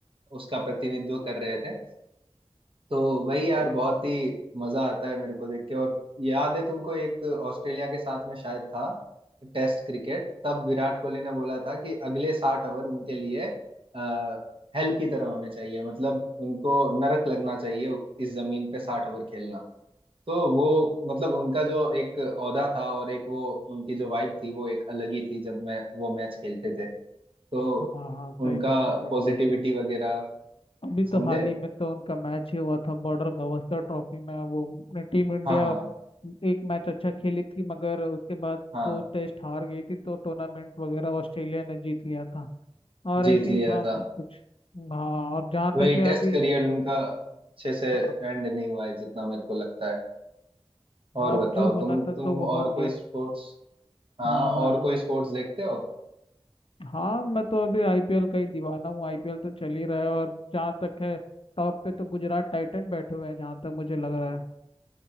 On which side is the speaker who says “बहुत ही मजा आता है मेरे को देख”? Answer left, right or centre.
Right